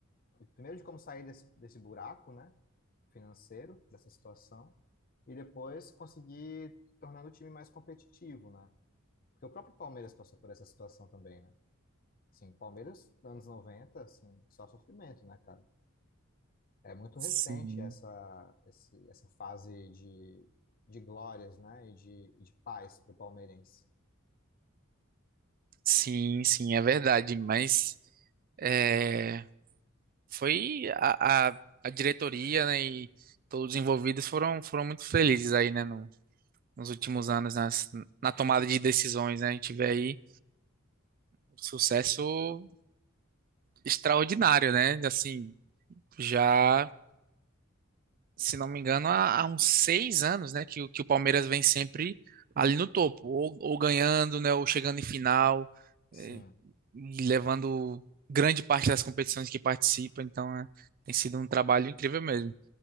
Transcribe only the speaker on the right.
Sim,
sim, sim, é verdade, mas é, foi a, a, a diretoria, né, e todos os envolvidos foram, foram muito felizes aí, né, no- nos últimos anos, nas, na tomada de decisões, né, a gente vê aí um sucesso extraordinário, né, assim, já, se não me engano, há, há uns seis anos, né, que, o- que o Palmeiras vem sempre ali no topo, ou, ou ganhando, né, ou chegando em final,
eh, e levando grande parte das competições que participa, então é, tem sido um trabalho incrível mesmo.